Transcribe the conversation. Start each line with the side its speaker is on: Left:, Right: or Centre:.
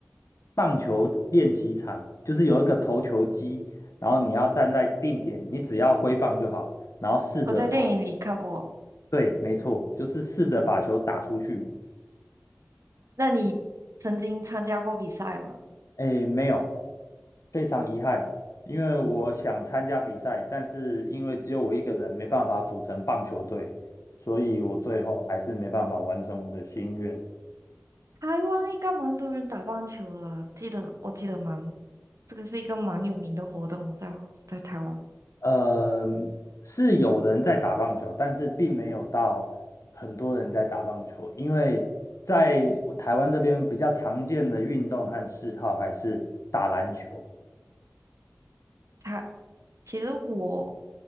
Left: 棒球练习场，就是有一个投球机，然后你要站在定点，你只要挥棒就好，然后试着把，
Right: 我在电影里看过。
Left: 对，没错，就是试着把球打出去。
Right: 那你曾经参加过比赛吗？
Left: 诶，没有，非常遗憾，因为我想参加比赛，但是因为只有我一个人，没办法组成棒球队，所以我最后还是没办法完成我的心愿。
Right: 台湾应该蛮多人打棒球的啊记得我记得蛮，这个是一个蛮有名的活动哦在在台湾。
Left: 呃，是有人在打棒球，但是并没有到很多人在打棒球，因为在我台湾这边比较常见的运动和嗜好还是打篮球。
Right: 他其实我